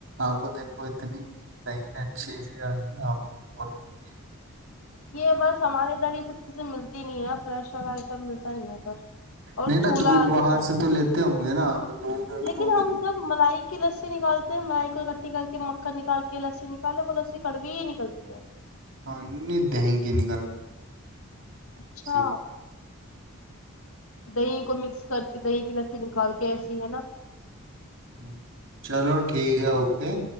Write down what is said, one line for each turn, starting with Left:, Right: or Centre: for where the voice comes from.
Right: آپ کو دن کو اتنی ند دہن اچھی سی آ ہے بر کوکے <unintelligible>
Left: یہ بس ہمارے در ک سے ملتی نہیں ہے فریشا آئٹم ملتا نہیں ہے سر اور
Right: نہیں نا
Left: چولہا
Right: دودھ باہر
Left: تو
Right: سے لیتے ہوں گے نا آپ دودھ رکھو
Left: لیکن ہم
Right: تو خود
Left: جب ملائی کی لسی نکالتے میں کوئی کٹھی کر کے مکھن نکال کے لسی نکال ل وہ لسی کڑوی ہی نکلتی ہے
Right: ہاں نہیں دہنگی نہیں
Left: اچھا
Right: کھاؤ
Left: دہی کو مکس کر کے دہی کی لسی نکال کے ایسی ہے ن <unintelligible> <inaudible>
Right: ہ چلو ٹھیک ہے اوکے